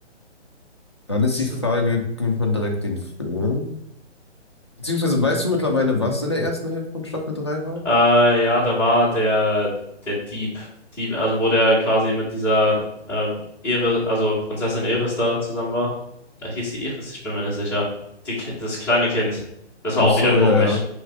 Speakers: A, on the left (about 25°); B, in the centre.
A: Dann ist
B: Es
A: die Frage,
B: ist,
A: nimmt man direkt den Film? Beziehungsweise weißt du mittlerweile, was in der ersten Hälfte von Staffel 3 war?
B: äh, ja, da war der, der Dieb, Dieb, also wo der quasi mit dieser äh, Ere, also Prinzessin Eris da zusammen war. Da hieß sie Eris, ich bin mir nicht sicher. Die, Ki- das kleine Kind, das
A: Ach
B: war auch
A: so,
B: wieder komisch.
A: ja, ja.